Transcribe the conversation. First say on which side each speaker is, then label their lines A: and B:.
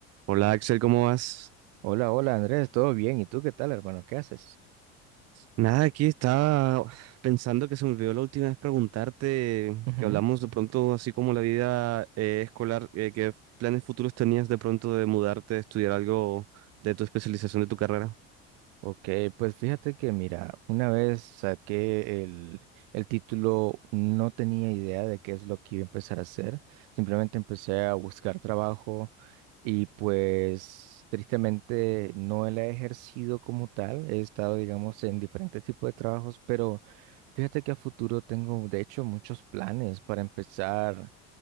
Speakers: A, on the right (about 55°); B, on the right (about 75°).
A: Hola Axel, ¿cómo vas?
B: Hola, hola Andrés, ¿todo bien? ¿Y tú qué tal, hermano? ¿Qué haces?
A: Nada, aquí estaba pensando que se me olvidó la última vez preguntarte,
B: Ujú.
A: que hablamos de pronto así como la vida eh, escolar, eh, ¿qué planes futuros tenías de pronto de mudarte, de estudiar algo de tu especialización de tu carrera?
B: Ok, pues fíjate que mira, una vez saqué el, el título, no tenía idea de qué es lo que iba a empezar a hacer, simplemente empecé a buscar trabajo y pues tristemente no la he ejercido como tal, he estado digamos en diferentes tipos de trabajos, pero fíjate que a futuro tengo de hecho muchos planes para empezar.